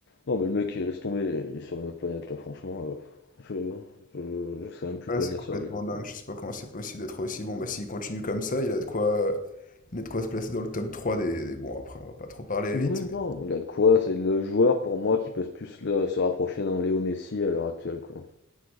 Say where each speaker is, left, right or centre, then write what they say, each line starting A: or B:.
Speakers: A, on the left; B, on the left.
A: Non, mais le mec, laisse tomber, il est sur une autre planète, là, franchement. euh, je... Je... je sais même plus
B: Ouais,
A: quoi
B: c'est
A: dire
B: complètement
A: sur lui.
B: dingue, je sais pas comment c'est possible d'être aussi bon. Bah s'il continue comme ça, il a de quoi... il a de quoi se placer dans le top 3 des... des... Bon après on va pas trop parler
A: Oui,
B: vite, mais...
A: non, il a de quoi, c'est le joueur pour moi qui peut plus le- se rapprocher d'un Léo Messi à l'heure actuelle, quoi.